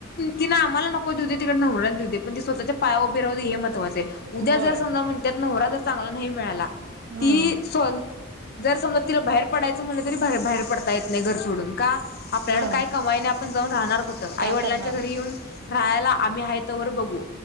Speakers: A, on the left; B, on the right.
A: तिं आम्हाला नको देऊ दे तिकडे नवडला देते पण ती स्वतःच्या पाया हे महत्वा उद्या
B: होय
A: जर समज म्हणतात हो जर चांला नाही मिळा
B: हम्म
A: त स् जर समजा तिला बाहेर पडायचं म्हणलं तरी बाहेर पडता येत नाही घर सोडून का आपल्याकडे
B: हा
A: काय कमाई नाही आपण जाऊन राहणार कुठं आई
B: काय
A: वडिलांच्या
B: करणार
A: घरी येऊन राहायला आम्ही आहे तवर बघू